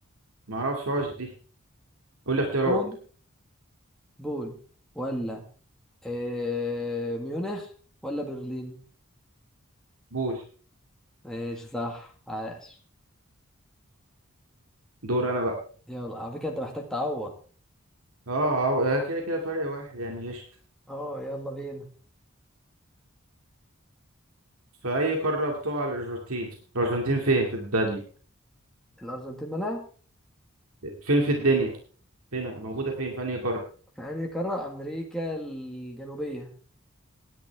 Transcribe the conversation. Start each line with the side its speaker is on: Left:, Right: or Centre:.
Right: معرفهاش دي قول لي اختيارات
Centre: بون بون ولا إيه ميونخ ولا برلين
Right: بول
Centre: ماشي صح عاش
Right: دور انا بقى
Centre: يلا على فكرة انت محتاج تعوض
Right: اه أو- آه، كده كده فرق واحد يعني قشطة
Centre: اه يلا بينا
Right: في اي قارة بتقع الارجنتين الارجنتين فين في الدنيا
Centre: الأرجنتين مالها
Right: فين في الدنيا فين موجودة فين في انهي قارة
Centre: في أنهي قارة أمريكا الجنوبية